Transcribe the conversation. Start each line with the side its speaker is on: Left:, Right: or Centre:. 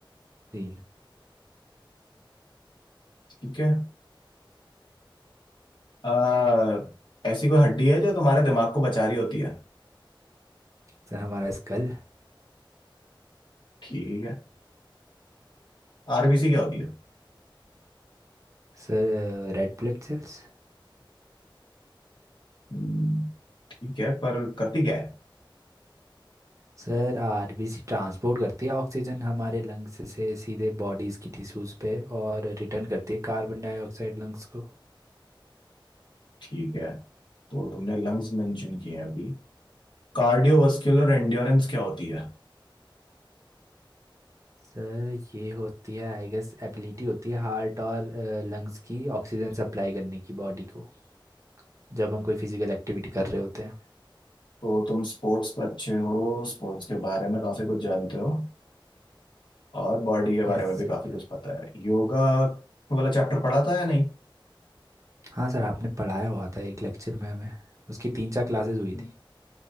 Right: सीन
Left: ठीक है आ, ऐसी कोई हड्डी है जो तुम्हारे दिमाग को बचा रही होती है
Right: सर हमारा skull
Left: ठीक है आरबीसी क्या होती है
Right: Sir red blood cells
Left: हम्म, ठीक है पर करती क्या है
Right: Sir RBC transport करती है ऑक्सीजन हमारे लंग्स से सीधे बॉडीज की टिश्यूज पे और रिटर्न करती है कार्बन डाइऑक्साइड लंग्स को
Left: ठीक है तो तुमने लंग्स मेंशन किए हैं अभी कार्डियोवास्कुलर एंड्योरेंस क्या होती है
Right: सर ये होती है आई गेस एबिलिटी होती है हार्ट और लंग्स की ऑक्सीजन सप्लाई करने की बॉडी को जब हम कोई फिजिकल एक्टिविटी कर रहे होते हैं
Left: तो तुम स्पोर्ट्स पर अच्छे हो स्पोर्ट्स के बारे में काफी कुछ जानते हो और बॉडी के बारे
Right: Yes
Left: में भी
Right: sir
Left: काफी कुछ पता है योगा वाला चैप्टर पढ़ा था या नहीं
Right: हाँ सर आपने पढ़ाया हुआ था एक लेक्चर में हमें उसकी तीन चार क्लासेस हुई
Left: हम्म।
Right: थी